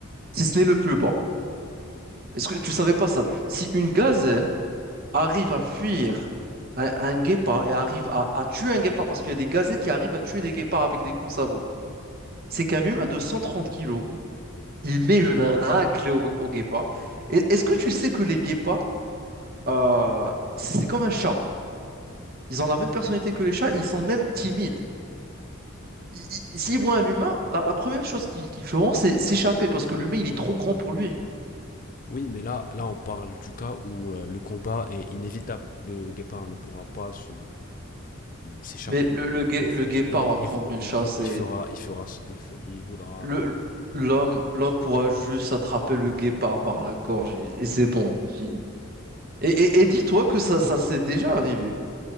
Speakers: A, on the right (about 45°); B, on the left (about 40°).
A: si ce n'est le plus bas. Est-ce que tu savais pas ça? Si une gazelle arrive à fuir un, un guépard et arrive à, à tuer un guépard, parce qu'il y a des gazelles qui arrivent à tuer des guépards avec des coups de sabot, c'est qu'un humain de 130 kilos, il met une raclée au, au guépard. Et- Est-ce que tu sais que les guépards, euh, c'est c'est comme un chat. Ils ont la même personnalité que les chats, ils sont même timides. Ils- ils- S'ils voient un humain, la, la première chose qu'ils qu'ils feront, c'est s'échapper parce que l'humain, il est trop grand pour lui.
B: Oui, mais là, là, on parle du cas où euh, le combat est inévitable. Le guépard ne pourra pas se s'échapper.
A: Mais le, le, gué-
B: Il,
A: le
B: il,
A: guépard
B: il,
A: va prendre une
B: il,
A: chasse
B: il- il
A: et
B: fera, il fera, il, f- il voudra.
A: le, l'homme, l'homme pourra juste attraper le guépard par la gorge et, et c'est bon. Il- Et, et, et dis-toi que ça, ça s'est déjà arrivé,